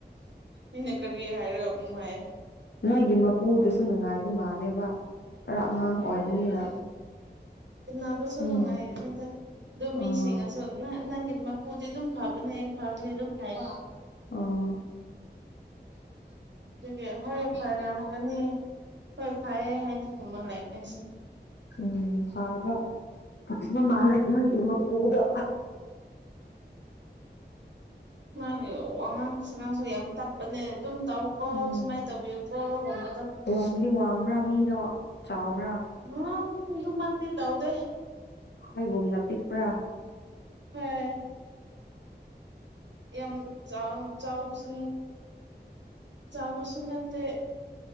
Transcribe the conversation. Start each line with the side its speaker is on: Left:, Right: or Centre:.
Right: ꯃꯤꯅ ꯀꯔꯤ ꯍꯥꯏꯔꯒ ꯑꯃꯨ ꯍꯥꯏ
Left: ꯅꯣꯏꯒꯤ ꯃꯄꯨꯗꯨꯁꯨ ꯅꯨꯡꯉꯥꯏꯕ ꯃꯥꯜꯂꯦꯕ ꯈꯔ ꯑꯉꯥꯡ ꯑꯣꯏꯕꯅꯤꯅ
Right: ꯎꯝꯕꯁꯨ
Left: ꯎꯝ
Right: ꯅꯨꯡꯉꯥꯏꯗ ꯑꯗꯨꯝ ꯃꯤꯁꯉꯁꯨ
Left: ꯑꯣ
Right: ꯅꯪꯒꯤ ꯃꯄꯨꯗꯤ ꯑꯗꯨꯝ ꯐꯕꯅꯦ ꯐꯕꯅꯦ ꯑꯗꯨꯝ ꯍꯥꯏ
Left: ꯑꯣ
Right: ꯑꯗꯨꯒꯤ ꯍꯣꯏ ꯐꯔꯦ ꯌꯥꯝꯝꯃꯒꯅꯤ ꯍꯣꯏ ꯐꯩꯌꯦ ꯍꯥꯏꯅ ꯈꯨꯝꯕ ꯂꯩ ꯅꯣꯏꯁꯨ
Left: ꯎꯝ ꯐꯥꯕꯕ ꯃꯥꯂꯅ ꯍꯥꯏꯗꯤꯃ ꯄꯨꯗꯣ
Right: ꯃꯥꯒꯤ ꯋꯥꯉꯥꯡ ꯁꯉꯥꯡꯁꯨ ꯌꯥꯝ ꯇꯞꯄꯅꯦ ꯑꯗꯨꯝ ꯇꯧ ꯀꯣ
Left: ꯎꯝ
Right: ꯁꯃꯥꯏ ꯇꯧꯕꯤꯌꯨ ꯀꯣ ꯕꯗ
Left: ꯋꯥꯡꯗꯤ ꯋꯥꯡꯕ꯭ꯔꯥ ꯃꯤꯗꯣ ꯆꯥꯎꯕ꯭ꯔꯥ
Right: ꯑ ꯑꯗꯨꯃꯗ ꯇꯥꯎꯗꯦ
Left: ꯍꯈꯣꯏꯒꯣꯨꯝꯅ ꯄꯤꯛꯄ꯭ꯔꯥ
Right: ꯍꯝ ꯌꯥꯝ ꯆ ꯆꯎ ꯄꯁ ꯆꯥꯎꯕꯁꯅꯠꯇ